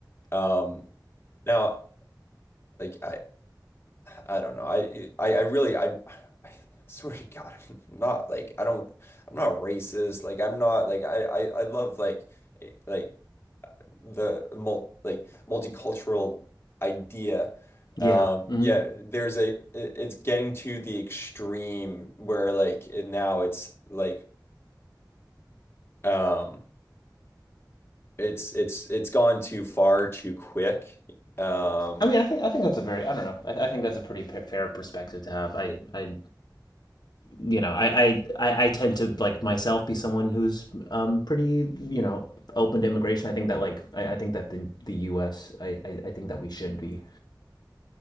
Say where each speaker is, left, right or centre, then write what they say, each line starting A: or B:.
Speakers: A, on the left (about 35°); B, on the left (about 70°).
A: um now like I. I don't know. I I, I really I, I swear to God, I'm not like I don't I'm not racist. Like I'm not like I I, I love like eh, like the mul like multicultural idea.
B: Yeah.
A: Um,
B: Mm.
A: yeah, there's a it- it's getting to the extreme where like it, now it's like um it's it's it's gone too far too quick. Mhm. Um,
B: I mean, I think I think that's a very I don't know. I, I think that's a pretty fair perspective to have. I
A: It-
B: I you know I, I I I tend to like myself be someone who's um pretty you know open to immigration. I think that like I, I think that the the U.S. think that we should be